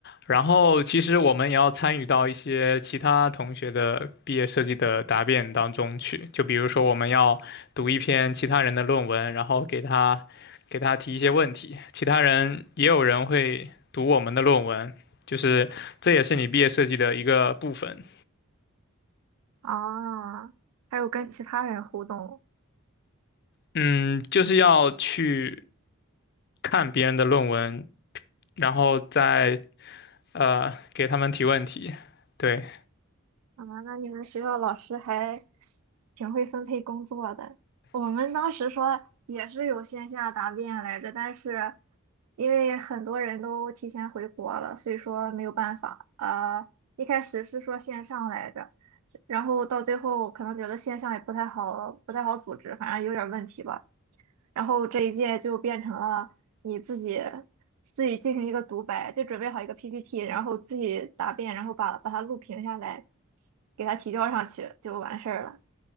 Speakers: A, on the left; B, on the right.
A: 然后其实我们也要参与到一些其他同学的毕业设计的答辩当中去，就比如说我们要读一篇其他人的论文，然后给他给他提一些问题，其他人也有人会读我们的论文，就是这也是你毕业设计的一个部分。
B: 啊，还有跟其他人互动。
A: 嗯，就是要去看别人的论文，然后再呃给他们提问题。对，
B: 啊，那你们学校老师还挺会分配工作的。我们当时说也是有线下答辩来着，但是因为很多人都提前回国了，所以说没有办法。呃，一开始是说线上来着，然后到最后可能觉得线上也不太好，不太好组织，反正有点问题吧。然后这一届就变成了你自己自己进行一个独白，就准备好一个 PPT，然后自己答辩，然后把把它录屏下来。给他提交上去就完事儿了